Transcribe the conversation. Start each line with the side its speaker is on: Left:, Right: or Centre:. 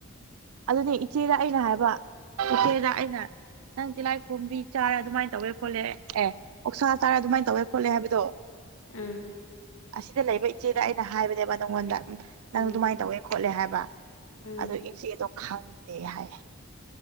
Right: ꯑꯗꯨꯗꯤ ꯏꯆꯦꯗ ꯑꯩꯅ ꯍꯥꯏꯕ ꯏꯆꯦꯗ ꯑꯩꯅ ꯅꯪ ꯇꯤꯜꯂꯥꯏ ꯈꯣꯝꯕꯤ ꯆꯥꯔ ꯑꯗꯨꯃꯥꯏꯅ ꯇꯧꯋꯦ ꯈꯣꯠꯂꯦ ꯑꯦ ꯑꯣꯛꯁꯥ ꯆꯥꯔ ꯑꯗꯨꯥꯃꯏꯅ ꯇꯧꯋꯦ ꯈꯣꯠꯂꯦ ꯍꯥꯏꯕꯗꯣ
Left: ꯎꯝ
Right: ꯑꯁꯤꯗ ꯂꯩꯕ ꯏꯆꯦꯗ ꯑꯩꯅ ꯍꯥꯏꯕꯅꯦꯕ ꯅꯪꯉꯣꯟꯗ ꯅꯪ
Left: ꯎꯝ
Right: ꯑꯗꯨꯃꯥꯏꯅ ꯇꯧꯋꯦ ꯈꯣꯠꯂꯦ ꯍꯥꯏꯕ
Left: ꯎꯝ
Right: ꯑꯗꯣ ꯏꯆꯦꯗꯣ ꯈꯪꯗꯦ ꯍꯥꯏ